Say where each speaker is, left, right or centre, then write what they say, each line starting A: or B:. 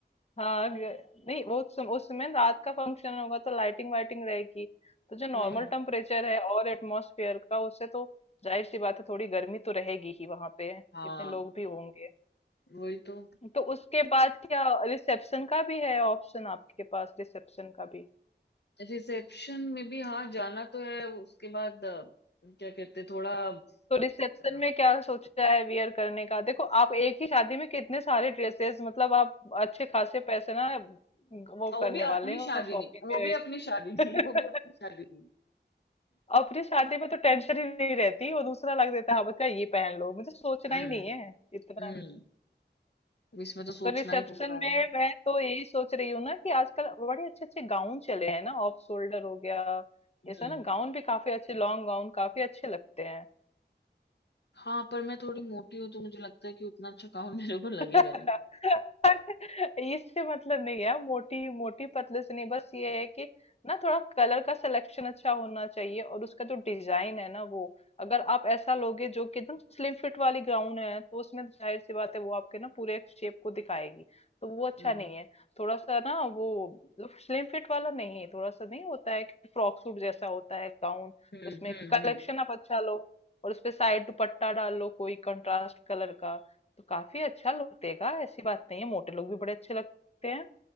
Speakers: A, on the left (about 35°); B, on the left (about 70°).
A: हाँ, ग- नहीं वो उस उस समय रात का फंक्शन होगा तो लाइटिंग वाइटिंग रहेगी तो जो नॉर्मल
B: हम्म
A: टेम्परेचर है और एटमॉस्फेयर का उससे तो जाहिर सी बात है थोड़ी गर्मी तो रहेगी ही वहां पे
B: हाँ
A: इतने लोग भी होंगे
B: वही तो
A: तो उसके बाद क्या रिसेप्शन का भी है ऑप्शन आपके पास रिसेप्शन का भी
B: रिसेप्शन में भी हाँ जाना तो है उसके बाद अ, क्या कहते हैं, थोड़ा
A: तो रिसेप्शन
B: अ,
A: में क्या सोचा है वियर करने का देखो आप एक ही शादी में कितने सारे ड्रेसेस मतलब आप अच्छे खासे पैसे ना वो
B: वो
A: करने
B: भी अपनी
A: वाले हो
B: शादी
A: शॉपिंग
B: नहीं वो
A: में
B: भी अपनी शादी नहीं
A: <laughs>
B: वो भी अपनी शादी नहीं
A: अपनी शादी में तो टेंशन ही नहीं रहती वो दूसरा लग देता है हाँ बच्चा ये पहन लो मुझे सोचना
B: हम्म
A: ही नहीं है इतना
B: हम्म तो इसमें तो सोचना
A: तो रिसेप्शन
B: ही पड़ रहा
A: में
B: है
A: मैं तो यही सोच रही हूँ ना कि आजकल बड़े अच्छे अच्छे गाउन चले हैं ना ऑफ शोल्डर हो गया
B: हम्म
A: जैसा ना गाउन भी काफी अच्छे लॉन्ग गाउन काफी अच्छे लगते हैं
B: हाँ पर मैं थोड़ी मोटी हूँ तो मुझे लगता है कि उतना अच्छा काम <laughs> मेरे ऊपर लगेगा
A: अरे,
B: नहीं
A: इससे मतलब नहीं है मोटी मोटी पतले से नहीं बस ये है कि ना थोड़ा कलर का सिलेक्शन अच्छा होना चाहिए और उसका जो डिजाइन है ना वो अगर आप ऐसा लोगे जो कि एकदम स्लिम फिट वाली गाउन है तो उसमें तो जाहिर सी बात है वो आपके ना पूरे शेप को दिखाएगी तो वो अच्छा
B: हम्म
A: नहीं है थोड़ा सा ना वो स्लिम फिट वाला नहीं थोड़ा सा नहीं होता है कि फ्रॉक सूट जैसा होता है गाउन
B: हम्म
A: उसमें
B: हम्म
A: कलेक्शन
B: हम्म
A: आप अच्छा लो और उसपे साइड दुपट्टा डाल लो कोई कंट्रास्ट कलर का तो काफी अच्छा लुक देगा ऐसी बात नहीं है मोटे लोग भी बड़े अच्छे लगते हैं